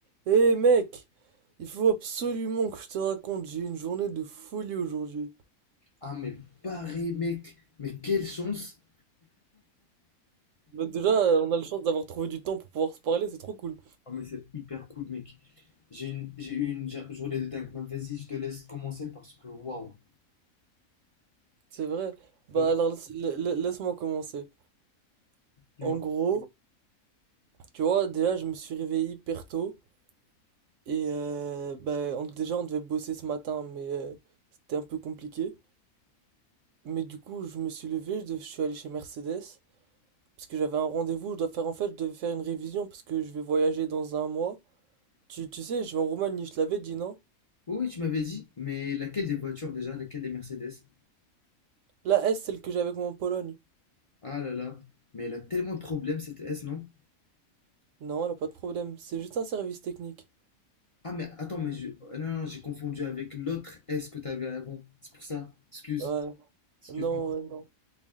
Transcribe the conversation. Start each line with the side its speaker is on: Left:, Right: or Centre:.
Right: Hé mec, il faut absolument que je te raconte, j'ai eu une journée de folie aujourd'hui.
Left: Ah, mais pareil, mec. Mais quelle chance.
Right: Bah déjà, euh, on a la chance d'avoir trouvé du temps pour pouvoir se parler, c'est trop cool.
Left: Ah, mais c'est hyper cool, mec. J'ai une, j'ai eu une ja- journée de dingue. Mais vas-y, je te laisse commencer parce que waouh.
Right: C'est vrai. Bah
Left: Ouais,
Right: alors, laisse- la- la- laisse-moi commencer.
Left: dis-moi.
Right: En gros, tu vois, déjà, je me suis réveillé hyper tôt. Et euh, bah, on- déjà, on devait bosser ce matin, mais euh, c'était un peu compliqué. Mais du coup, je me suis levé, je, dev- je suis allé chez Mercedes. Parce que j'avais un rendez-vous, je dois faire en fait, je devais faire une révision parce que je vais voyager dans un mois. Tu, tu sais, je vais en Roumanie, je te l'avais dit, non?
Left: Oui, oui, tu m'avais dit, mais laquelle des voitures déjà? Laquelle des Mercedes?
Right: La S, celle que j'avais avec moi en Pologne.
Left: Ah là là. Mais elle a tellement de problèmes, cette S, non?
Right: Non, elle a pas de problème. C'est juste un service technique.
Left: Ah, mais attends, mais je... ah, Non, non, j'ai confondu avec l'autre S que t'avais avant. C'est pour ça. Excuse.
Right: Ouais.
Left: Excuse-moi.
Right: Non, ouais, non.